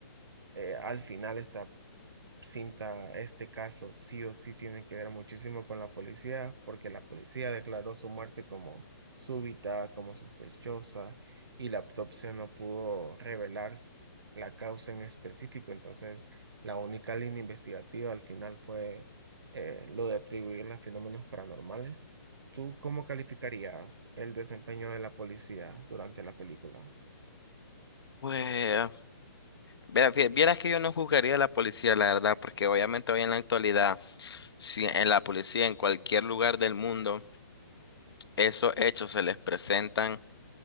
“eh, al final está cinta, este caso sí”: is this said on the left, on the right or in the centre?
Right